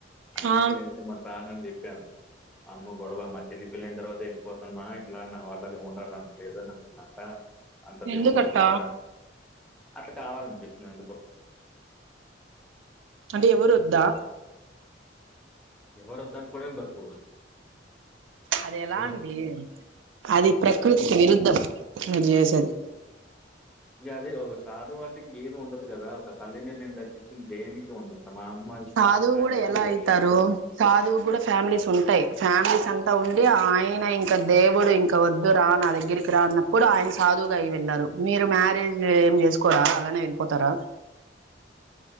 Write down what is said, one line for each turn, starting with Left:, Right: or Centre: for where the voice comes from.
Centre: అరుణాచలం
Right: ఆ
Centre: ఎళ్తె మళ రానని చెప్పాను అమ్మ గొడవ మాచెల్లి పెళ్ళైన తర్వాత ఎళ్ళిపోతనమా ఇట్లా నా వాల్లగా ఉండాలని లేదు నాకు ఇట్లంతా అంత దేవుడితో
Right: ఎందుకట్ట
Centre: ఉండిపోవాలని అట్ల కావాలనిపిస్తుంది ఎందుకో
Right: అంటే ఎవరు వద్దా
Centre: ఎవరొద్దనుకోవడమె బతుకు
Right: అది ఎలా
Centre: శివ
Right: అండి అది
Centre: ఇప్పుడు
Right: ప్రకృతికి
Centre: అంతే ఈ
Right: విరుద్ధం మీరు చేసేది
Centre: ఇక అదే ఒక సాధువు అంటె ఇంక ఏది ఉండదు కదా ఒక తల్లి నిర్ణయం తప్పిచ్చి ఇంక దేనికి ఉండదు మా అమ్మ ఇష్టాంకాన్ని
Right: సాధువు కూడా
Centre: తోటే
Right: ఎలా
Centre: చేయాలి
Right: అయితారు
Centre: లేకపోతే
Right: సాధువు గ్గూడా ఫ్యామిలీస్ ఉంటాయి ఫ్యామిలీస్ అంత అంత ఉండి ఆయన ఇంక దేవుడు ఇంక వద్దు రా నా దగ్గరికి రా అన్నప్పుడు ఆయన సాధువు గా అయి వెళ్ళారు మీరు మ్యారేజ్ ఏమి చేసుకోరా అలానే వెళ్ళిపోతారా